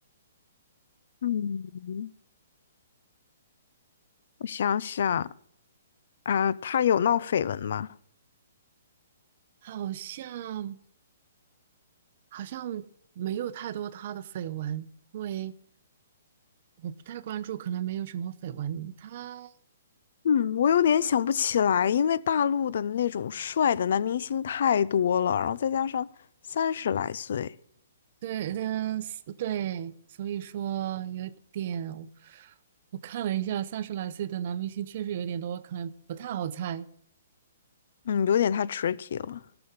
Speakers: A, on the left; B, on the right.
A: 嗯，我想想啊，他有闹绯闻吗？
B: 好像好像没有太多他的绯闻，因为我不太关注，可能没有什么绯闻。他
A: 嗯，我有点想不起来，因为大陆的那种帅的男明星太多了，然后再加上三十来岁，
B: 对嗯是对，所以说有点，我看了一下，三十来岁的男明星确实有点多，可能不太好猜。
A: 嗯，有点太 tricky 了。